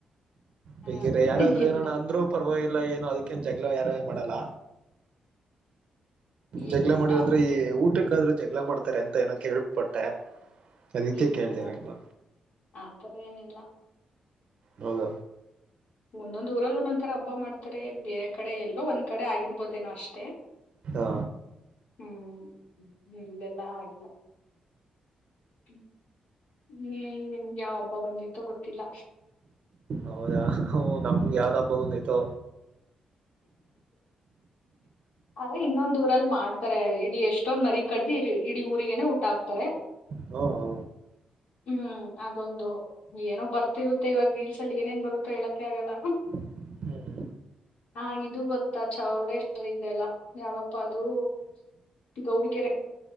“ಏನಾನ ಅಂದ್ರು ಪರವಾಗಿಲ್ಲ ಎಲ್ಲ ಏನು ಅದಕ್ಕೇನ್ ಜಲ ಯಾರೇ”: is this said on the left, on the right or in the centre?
Right